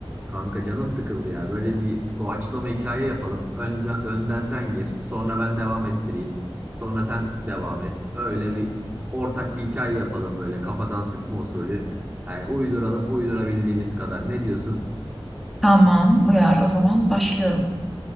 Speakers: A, on the right; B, in the centre.
A: Kanka canım sıkıldı ya. Böyle bir doğaçlama hikaye yapalım. Önce, önden sen gir. Sonra ben devam ettireyim. Sonra sen devam et. Öyle bir ortak bir hikaye yapalım böyle kafadan sıkma usulü. Yani uyduralım uydurabildiğimiz kadar. Ne diyorsun?
B: Tamam, uyar. O zaman başlıyorum.